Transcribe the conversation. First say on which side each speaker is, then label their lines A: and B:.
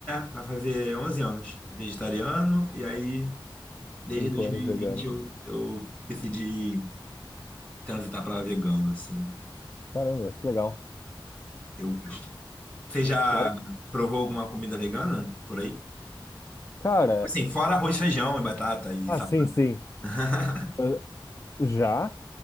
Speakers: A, on the left (about 15°); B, on the left (about 35°).
A: é, vai fazer 11 anos vegetariano, e aí desde
B: Cinco
A: dois mil
B: anos
A: e
B: vegano.
A: vinte eu, eu decidi transitar para vegano, assim.
B: Caramba, que legal.
A: Eu gosto. Você já
B: Que hora?
A: provou alguma comida vegana por aí?
B: Cara,
A: Assim, fora arroz, feijão e batata e
B: ah,
A: salada.
B: sim, sim.
A: <laughs>
B: Ah, Já,